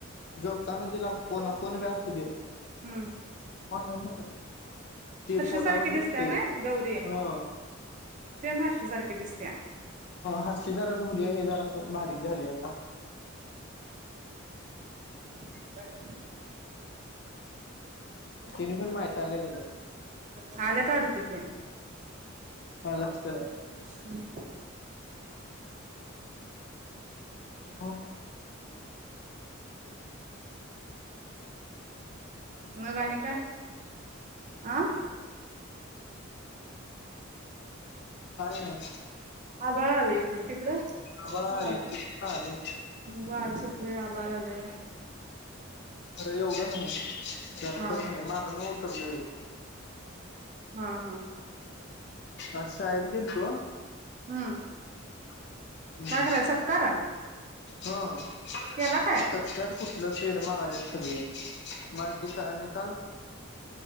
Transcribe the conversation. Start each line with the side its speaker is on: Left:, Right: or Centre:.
Left: झोपताना तिला कोण, कोण बी असू दे.
Right: हु
Left: ऑनलाइन नडक ते पोटावरच
Right: सारखी दिसत्या
Left: झोपतय,
Right: ना गौरी
Left: ह
Right: सेम हारशू सारखी दिसत्या
Left: हातचे जरा डोली हाय आता जरा बारीक झाले
Right: व्हय व्हय
Left: तिने पण माहिताय, लगेच
Right: कालच आड, तिच्या आवाज
Left: आला असतील
Right: ऐकायला येत नाही
Left: ह
Right: मग आणि काय आं
Left: नाही
Right: आभाळ आलाय इकडे तिकडे
Left: आबा
Right: ह
Left: आले आले
Right: वार सुटले लय आभाळ आलय
Left: अरे! एवढं नाही! जरा
Right: हा हा
Left: कमी! मागन उतरले!
Right: हा हा
Left: आज शाळेत गेलतो!
Right: हम्म!
Left: हम्म
Right: काय कराय सत्कार
Left: हा सत्यात
Right: केला काय
Left: कुठलं पेड मागालेत सगळे! माग काय माहीत